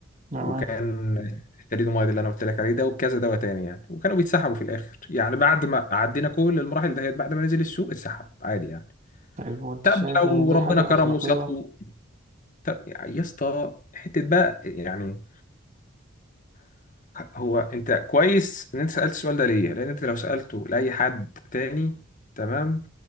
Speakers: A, on the right; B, on the left.
A: تمام
B: وكان الثاليدومايد اللي انا قلت لك عليه ده وكذا دواء تاني يعني وكانوا بيتسحبوا في الاخر يعني بعد ما عدينا كل المراحل دهيت بعد ما نزل السوق اتسحب عادي يعني
A: طيب وانت
B: طب
A: شايف
B: لو
A: ان دي
B: ربنا
A: حاجة
B: كرمه
A: اخلاقية
B: وسطه طب يا اسطى حته بقى يعني هو انت كويس ان انت سالت السؤال ده ليه لان انت لو سالته لاي حد تاني تمام